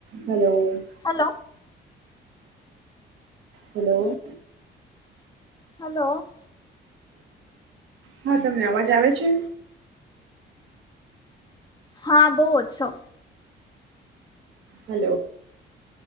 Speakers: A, on the right; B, on the left.
A: Hello.
B: Hello.
A: Hello.
B: Hello.
A: હા. તમને અવાજ આવે છે?
B: હા બહુ ઓછો.
A: હલો.